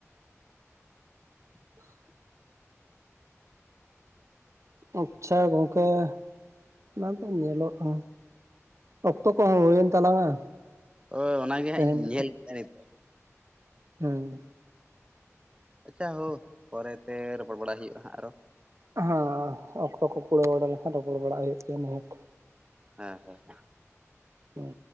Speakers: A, on the right; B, on the right.
A: <inaudible> ᱟᱪᱪᱷᱟ ᱜᱚᱝᱠᱮ ᱚᱱᱟ ᱫᱚ ᱧᱮᱞᱚᱜᱼᱟ ᱚᱠᱛᱚ ᱠᱚᱦᱚᱸ ᱦᱩᱭᱮᱱ ᱛᱟᱞᱟᱝᱟ
B: ᱦᱳᱭ ᱚᱱᱟ ᱜᱮ
A: ᱛᱮᱦᱮᱧ
B: ᱦᱟᱸᱜ ᱤᱧ ᱧᱮᱞ ᱠᱮᱫᱟ ᱱᱤᱛᱚᱜ
A: ᱦᱩᱸ
B: ᱟᱪᱪᱷᱟ ᱦᱳ ᱯᱚᱨᱮᱛᱮ ᱨᱚᱯᱚᱲ ᱵᱟᱲᱟᱜ ᱦᱩᱭᱩᱜᱼᱟ ᱦᱟᱸᱜ ᱟᱨᱚ
A: ᱦᱮᱸ ᱚᱠᱛᱚ ᱠᱚ ᱠᱩᱲᱟᱹᱣ ᱵᱟᱲᱟ ᱞᱮᱱᱠᱷᱟᱱ ᱨᱚᱯᱚᱲ ᱵᱟᱲᱟᱜ ᱦᱩᱭᱩᱜ ᱜᱮᱭᱟ ᱱᱤᱦᱟᱹᱛ
B: ᱦᱮᱸ ᱦᱮᱸᱮᱸ
A: ᱦᱩᱸ